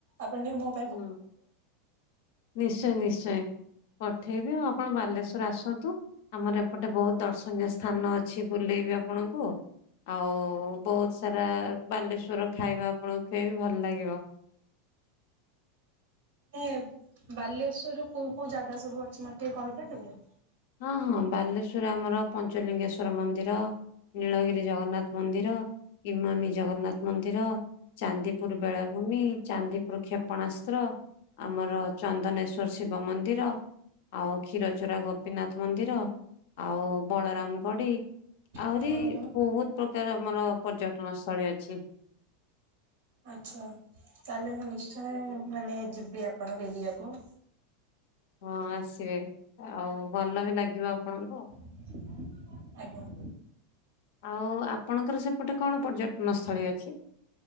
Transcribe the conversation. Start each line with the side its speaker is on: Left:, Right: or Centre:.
Right: ଆପଣ ଟିକେ ଭ
Left: ହୁଁ ନିଶ୍ଚୟ ନିଶ୍ଚୟ ପଠେଇବି ଆଉ ଆପଣ ବାଲେଶ୍ଵର ଆସନ୍ତୁ। ଆମର ଏପଟେ ବହୁତ ଦର୍ଶନୀୟ ସ୍ଥାନ ଅଛି। ବୁଲେଇବି ଆପଣଙ୍କୁ ଆଉ ବହୁତ ସାରା ବାଲେଶ୍ଵର ଖାଇବା ଆପଣଙ୍କୁ ଖୁଏଇବି ଭଲ ଲାଗିବ।
Right: ଏ ବାଲେଶ୍ୱରରୁ କୋଉ କୋଉ ଜାଗା ସବୁ ଅଛି। ମତେ ଟିକେ କହିପାରିବୁ।
Left: ହଁ, ହଁ ବାଲେଶ୍ଵରରେ ଆମର ପଞ୍ଚଲିଙ୍ଗେଶ୍ଵର ମନ୍ଦିର, ନୀଳଗିରି ଜଗନ୍ନାଥ ମନ୍ଦିର, ଇମାମି ଜଗନ୍ନାଥ ମନ୍ଦିର, ଚାନ୍ଦିପୁର ବେଳାଭୂମି, ଚାନ୍ଦିପୁର କ୍ଷେପଣାସ୍ତ୍ର, ଆମର ଚନ୍ଦନେଶ୍ଵର ଶିବ ମନ୍ଦିର, ଆଉ କ୍ଷୀରଚୋରା ଗୋପ ଗୋପିନାଥ ମନ୍ଦିର, ଆଉ ବଳରାମ ଗଡି, ଆହୁରି
Right: ହ୍ୟାଲୋ ହ୍ୟାଲୋ।
Left: ବହୁତ ପ୍ରକାର ଆମର ପର୍ଯ୍ୟଟନ ସ୍ଥଳୀ ଅଛି।
Right: ଆଚ୍ଛା! ତାହେଲେ ମୁଁ ନିଶ୍ଚୟ ମାନେ ଯିବି ଆପଣଙ୍କ ଏରିଆକୁ
Left: ହଁ ଆସିବେ ଆଉ ଭଲ ବି ଲାଗିବ ଆପଣଙ୍କୁ ଆଉ
Right: ଆଜ୍ଞା!
Left: ଆଉ ଆପଣଙ୍କର ସେପଟେ କଣ ପର୍ଯ୍ୟଟନ ସ୍ଥଳୀ ଅଛି।